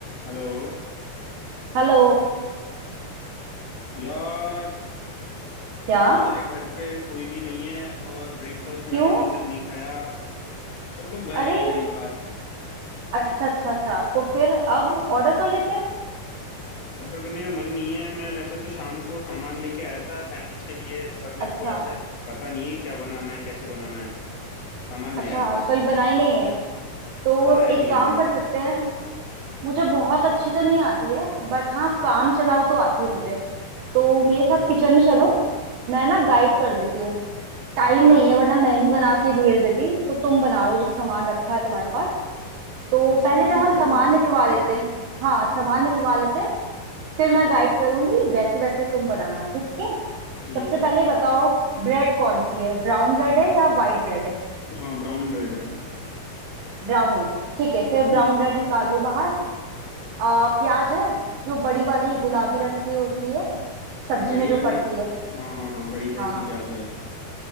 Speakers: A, on the left; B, on the right.
A: Hello
B: Hello
A: यार
B: क्या
A: आज मेरे घर पे कोई भी नहीं है और ब्रेकफास्ट मैंने
B: क्यों
A: अभी तक नहीं खाया सब लोग गए
B: अरे
A: हैं कहीं बाहर
B: अच्छा अच्छा अच्छा तो फिर अब ऑर्डर कर लेते हैं
A: ऑर्डर करने का मन नहीं है मैं वैसे तो शाम को सामान लेके आया था सैंडविच के लिए पर
B: अच्छा
A: मेरे को ऐसे पता नहीं है कि क्या बनाना है कैसे बनाना है सामान
B: अच्छा
A: ले आया बस
B: कभी बनाई नहीं है तो
A: बनाया
B: एक
A: नहीं
B: काम
A: है मैंने
B: कर सकते हैं मुझे बहुत अच्छी तो नहीं आती है बट हाँ काम चलाऊ तो आती है मुझे तो मेरे साथ
A: हम्म हम्म
B: किचन में चलो मैं ना गाइड कर देती हूँ टाइम
A: हाँ
B: नहीं
A: यार
B: है वरना मैं ही बना के भेज देती तो तुम बना लो जब सामान रखा है तुम्हारे पास तो
A: हाँ सामान
B: पहले हम
A: रखा है
B: सामान
A: पूरा
B: निकलवा लेते हैं हाँ सामान निकलवा लेते हैं फिर मैं गाइड करूंगी वैसे वैसे तुम बनाना ठीक है
A: ठीक
B: सबसे
A: है
B: पहले बताओ ब्रेड कौन सी है ब्राउन ब्रेड है या वाइट ब्रेड है
A: हाँ ब्राउन ब्रेड है
B: ब्राउन है ठीक है फिर ब्राउन
A: हम्म
B: ब्रेड निकाल लो बाहर आ, प्याज है जो बड़ी वाली गुलाबी रंग की होती है सब्जी
A: हाँ बड़ी
B: में जो
A: वाली
B: पड़ती है
A: हाँ हाँ हाँ बड़ी साइज
B: हाँ
A: की
B: हाँ
A: प्याज है